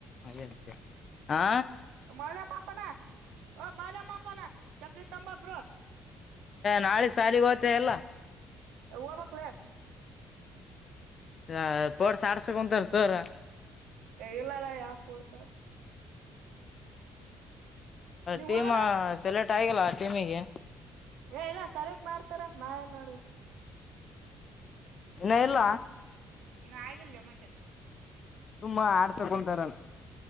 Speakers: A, on the left (about 50°); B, on the right (about 75°).
A: ಮೆ ಮೆ <unintelligible> ಹಾ
B: ಮಾಲೆ ಮಾಪನ ಹ ಮಾಲೆ ಮಾಪನ ಚಪ್ಪಲಿ ತಮ್ಮಬ್ರು
A: ನಾಳೆ ಸಾಲಿಗೆ ಹ ತಲ.
B: ಹೆ ಹೋಗ್ಬೇಕಲೇ
A: ಹ ಪಡ್ಸ ಆಡ್ಸಕೊಂತಾರ ಸರ್
B: ಇಲ್ಲಲ್ಲಾ ಯಾಪ್ಪಡ್ ಸಾರ ನೀವ್
A: ಟೀಮ್
B: ಹೋಗಲ್ಲ
A: ಸೆಲೆಕ್ಟ್. ಆಗಲ್ಲ ಟಿಮಿಗೆ
B: ಏ ಇಲ್ಲ ಸಲ್ೂಟ್ ಮಾಡ್ತಾರ ನಾ ಏನ್ ಮಾಡ್ದ
A: ಇನ್ನ ಎಲ್ಲ
B: ಇನ ಆಗಿಲ್ಲ ಮಚೆ.
A: ತುಂಬಾ ಆಡ್ಸಕೊಂತಾರಲ್ಲ